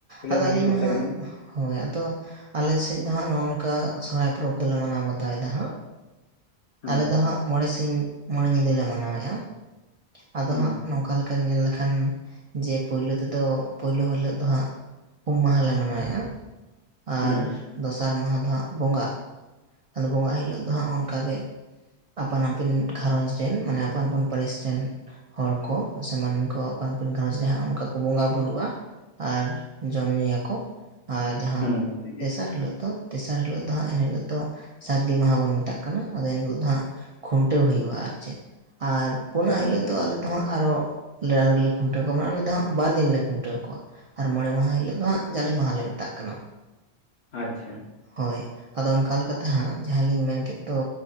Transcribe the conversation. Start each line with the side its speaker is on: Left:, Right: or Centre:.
Right: ᱟᱫᱚ
Left: ᱵᱷᱟᱹᱜᱤ
Right: ᱟᱹᱞᱤᱧ
Left: ᱠᱚᱜ
Right: ᱢᱟ
Left: ᱛᱟᱵᱤᱱᱟ
Right: ᱦᱟᱜ ᱦᱳᱭ ᱟᱫᱚ ᱟᱞᱮ ᱥᱮᱫ ᱫᱚ ᱦᱟᱸᱜ ᱱᱚᱜᱼ ᱱᱚᱝᱠᱟ ᱥᱚᱦᱚᱨᱟᱭ ᱯᱚᱨᱚᱵᱽ ᱫᱚᱞᱮ ᱢᱟᱱᱟᱣ ᱵᱟᱛᱟᱣᱮᱫᱟ ᱦᱟᱸᱜ,
Left: ᱦᱩᱸ
Right: ᱟᱞᱮ ᱫᱚ ᱦᱟᱸᱜ ᱢᱚᱬᱮ ᱥᱤᱧ ᱢᱚᱬᱮ ᱧᱤᱫᱟᱹ ᱞᱮ ᱢᱟᱱᱟᱣᱮᱫᱼᱟ᱾ ᱟᱫᱚ
Left: ᱦᱩᱸ
Right: ᱦᱟᱸᱜ ᱱᱚᱝᱠᱟ ᱞᱮᱠᱟ ᱧᱮᱞ ᱞᱮᱠᱷᱟᱱ ᱡᱮ ᱯᱳᱭᱞᱳ ᱛᱮᱫᱚ ᱯᱳᱭᱞᱩ ᱦᱤᱞᱳ ᱫᱚ ᱦᱟᱸᱜ ᱩᱢ ᱢᱟᱦᱟ ᱞᱮ ᱢᱟᱱᱟᱣᱮᱫᱼᱟ ᱟᱨ
Left: ᱦᱩᱸ
Right: ᱫᱚᱥᱟᱨ ᱢᱟᱦᱟ ᱫᱚ ᱦᱟᱸᱜ ᱵᱚᱸᱜᱟᱜ ᱟᱫᱚ ᱵᱚᱸᱜᱟ ᱦᱤᱞᱳᱜ ᱫᱚ ᱦᱟᱸᱜ ᱚᱱᱠᱟ ᱜᱮ ᱟᱯᱟᱱ ᱟᱹᱯᱤᱱ ᱜᱷᱟᱨᱚᱸᱡᱽ ᱨᱮᱱ ᱢᱟᱱᱮ ᱟᱯᱟᱱ ᱟᱯᱤᱱ ᱯᱟᱹᱨᱤᱥ ᱨᱮᱱ ᱦᱚᱲ ᱠᱚ ᱥᱮ ᱢᱟᱱᱢᱤ ᱠᱚ ᱟᱯᱟᱱ ᱟᱯᱤᱱ ᱜᱷᱟᱨᱚᱸᱡᱽ ᱨᱮ ᱦᱟᱸᱜ ᱚᱱᱠᱟ ᱠᱚ ᱵᱚᱸᱜᱟ ᱵᱳᱩᱨᱩᱜᱼᱟ ᱟᱨ ᱡᱚᱢ ᱧᱩᱭᱟᱠᱚ ᱟᱨ ᱡᱟᱸᱦᱟᱸ
Left: ᱦᱩᱸ
Right: ᱛᱮᱥᱟᱨ ᱦᱤᱞᱳᱜ ᱫᱚ ᱛᱮᱥᱟᱨ ᱦᱤᱞᱚᱜ ᱫᱚ ᱦᱟᱜ ᱮᱱ ᱦᱤᱞᱳᱜ ᱫᱚ ᱥᱟᱹᱨᱫᱤ ᱢᱟᱦᱟ ᱵᱚᱱ ᱢᱮᱛᱟᱜ ᱠᱟᱱᱟ ᱟᱫᱚ ᱮᱱ ᱦᱤᱞᱳᱜ ᱫᱚ ᱦᱟᱸᱜ ᱠᱷᱩᱱᱴᱟᱹᱣ ᱦᱩᱭᱩᱜᱼᱟ ᱟᱨ ᱪᱮᱫ᱾ ᱟᱨ ᱯᱩᱱᱟᱜ ᱦᱤᱞᱳᱜ
Left: ᱟᱪᱪᱷᱟ
Right: ᱫᱚ ᱟᱞᱮ ᱫᱚ ᱦᱟᱸᱜ ᱟᱨᱚ ᱨᱮᱞᱮ ᱠᱷᱩᱱᱴᱟᱹᱣ ᱠᱚᱣᱟ ᱢᱟᱱᱮ ᱟᱞᱮ ᱫᱚ ᱦᱟᱜ ᱵᱟᱨ ᱫᱤᱱ ᱞᱮ ᱠᱷᱩᱱᱴᱟᱹᱣ ᱠᱚᱣᱟ ᱟᱨ ᱢᱚᱬᱮ ᱢᱟᱦᱟ ᱦᱤᱞᱳᱜ ᱫᱚ ᱦᱟᱸᱜ ᱡᱟᱞᱮ ᱢᱟᱦᱟᱞᱮ ᱢᱮᱛᱟᱜ ᱠᱟᱱᱟ᱾
Left: ᱟᱪᱪᱷᱟ
Right: ᱦᱳᱭ ᱟᱫᱚ ᱚᱱᱠᱟ ᱞᱮᱠᱟᱛᱮ ᱦᱟᱸᱜ ᱡᱟᱦᱟᱸᱞᱤᱧ ᱢᱮᱱ ᱠᱮᱫ ᱫᱚ,